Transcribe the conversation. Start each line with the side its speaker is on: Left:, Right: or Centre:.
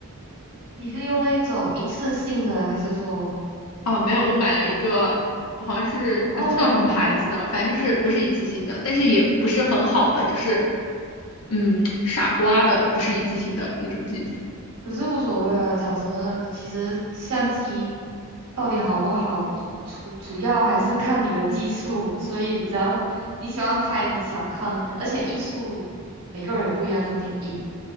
Right: 你是用那一种一次性的，还是说？
Left: 啊，没有，我买了一个好像是呃，
Right: 哦，
Left: 记不到什么牌子的，反正就是不是一次性的，但是也不是很好的，就是嗯，傻瓜的，不是一次性的那种机子。
Right: 可是无所谓啊。讲真的，其实相机到底好不好，主主要还是看你的技术。所以只要你喜欢拍你想看的，而且艺术每个人有不一样的定义嘛，